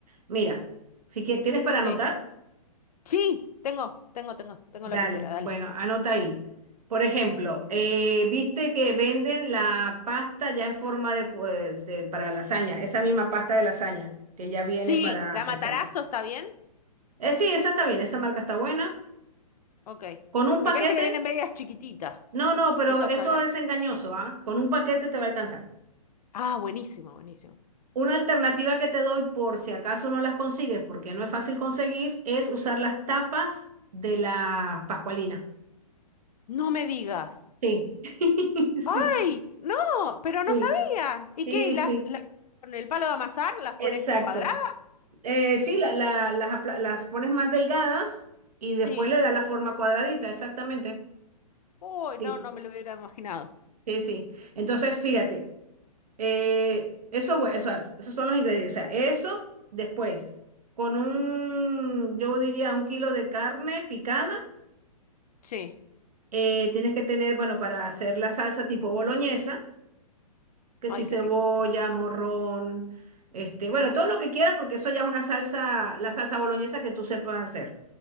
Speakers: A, on the right; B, on the left.
A: Mira, si quieres, tienes para
B: Sí.
A: anotar,
B: Sí, tengo, tengo, tengo, tengo
A: dale,
B: lapicera, dale.
A: bueno, anota ahí. Por ejemplo, eh, viste que venden la pasta ya en forma de, cu- de- para lasaña, esa misma pasta de lasaña que ya viene
B: Sí,
A: para,
B: ¿la matarazo
A: exacto.
B: está bien?
A: Eh, sí, esa está bien, esa marca está buena.
B: Ok.
A: Con un
B: Porque
A: paquete,
B: viste que vienen medias chiquititas.
A: no, no, pero
B: ¿Eso
A: eso
B: está bien?
A: es engañoso, ¿ah? Con un paquete te va a alcanzar.
B: Ah, buenísimo, buenísimo.
A: Una alternativa que te doy por si acaso no las consigues, porque no es fácil conseguir, es usar las tapas de la Pascualina.
B: No me digas.
A: Sí, <laughs> sí,
B: ¡Ay! ¡No! Pero no
A: sí,
B: sabía. ¿Y
A: sí,
B: qué? ¿Las,
A: sí,
B: las con el palo de amasar las pones
A: exacto.
B: cuadradas?
A: Eh, sí, la- la- las, apla- las pones más delgadas y después
B: Sí.
A: le das la forma cuadradita, exactamente.
B: Uy,
A: Sí,
B: no, no me lo hubiera imaginado.
A: sí, sí. Entonces, fíjate, eh, eso, bu- eso es- esos son los ingredientes. O sea, eso después, con un, yo diría, un kilo de carne picada.
B: Sí.
A: Eh, tienes que tener, bueno, para hacer la salsa tipo boloñesa, que
B: Ay,
A: si cebolla,
B: qué rico, sí.
A: morrón, este, bueno, todo lo que quieras, porque eso ya es una salsa, la salsa boloñesa que tú sepas hacer.